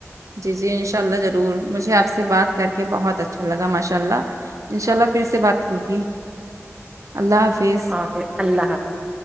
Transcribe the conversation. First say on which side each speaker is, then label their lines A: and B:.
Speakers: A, on the right; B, on the right.
A: جی جی انشاء اللہ ضرور مجھے آپ سے بات کر کے بہت اچھا لگا ماشاء اللہ انشاء اللہ پھر سے بات ہوگی اللہ حافظ
B: اوکے اللہ حافظ